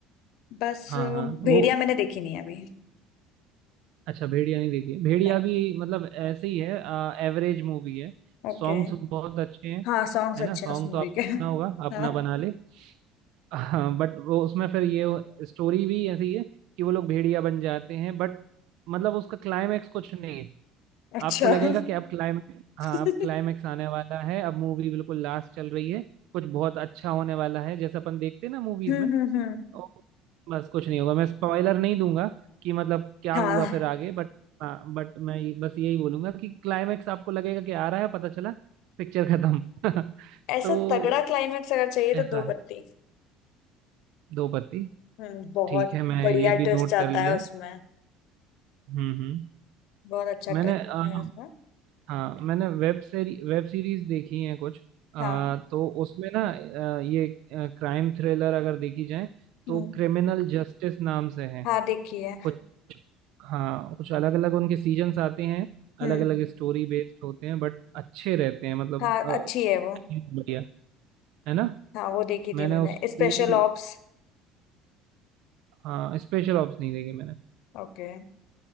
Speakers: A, on the left; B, on the right.
A: बस
B: हाँ
A: अ,
B: हाँ वो
A: भेड़िया मैंने देखी नहीं है अभी
B: अच्छा भेड़िया नहीं देखी है। भेड़िया
A: नहीं
B: भी मतलब ऐसे ही है एवरेज मूवी है
A: ओके
B: सॉन्ग्स बहुत अच्छे हैं
A: हाँ सॉन्ग्स
B: है
A: अच्छे
B: ना सॉन्ग
A: हैं उस मूवी
B: तो आपने
A: के हाँ
B: सुना होगा अपना बना ले हाँ बट वो उसमें फिर ये स्टोरी भी ऐसी है कि वो लोग भेड़िया बन जाते हैं बट मतलब उसका क्लाइमैक्स कुछ नहीं है
A: अच्छा
B: आपको लगेगा
A: <laughs>
B: कि अब क्लाइमैक्स हाँ
A: हम्म
B: अब क्लाइमैक्स आने वाला है अब मूवी बिल्कुल लास्ट चल रही है कुछ बहुत अच्छा होने वाला है जैसे अपन देखते हैं ना मूवीज
A: हम्म
B: में
A: हम्म
B: ओ, बस कुछ नहीं होगा मैं स्पॉइलर नहीं दूंगा कि मतलब क्या
A: हाँ
B: हुआ फिर आगे बट हाँ बट मैं ये- बस यही बोलूंगा कि क्लाइमेक्स आपको लगेगा कि आ रहा है पता चला पिक्चर खत्म <laughs>
A: ऐसा
B: तो
A: तगड़ा क्लाइमेक्स अगर चाहिए
B: ऐसा
A: तो दो
B: है
A: पत्ती
B: दो पत्ती
A: हम्म बहुत
B: ठीक है मैं
A: बढ़िया
B: ये भी
A: ट्विस्ट
B: नोट
A: आता
B: कर लिया
A: है उसमें
B: हम्म हम्म
A: बहुत अच्छा
B: मैंने
A: ट्विस्ट
B: अ,
A: है उसमें
B: हाँ मैंने वेब सीरी वेब सीरीज देखी है कुछ अ,
A: हाँ
B: तो उसमें ना अ, ये क्राइम थ्रिलर अगर देखी जाए तो
A: हम्म
B: क्रिमिनल जस्टिस नाम से है
A: हाँ देखी है
B: कुछ हाँ कुछ अलग अलग उनके सीजन्स आते हैं
A: हम्म
B: अलग अलग स्टोरी बेस्ड होते हैं बट अच्छे रहते हैं मतलब
A: हाँ
B: अ,
A: अच्छी है वो
B: बढ़िया है ना
A: हाँ वो देखी थी
B: मैंने
A: मैंने
B: उसकी
A: स्पेशल ऑप्स
B: हाँ स्पेशल ऑप्स नहीं देखी मैंने
A: ओके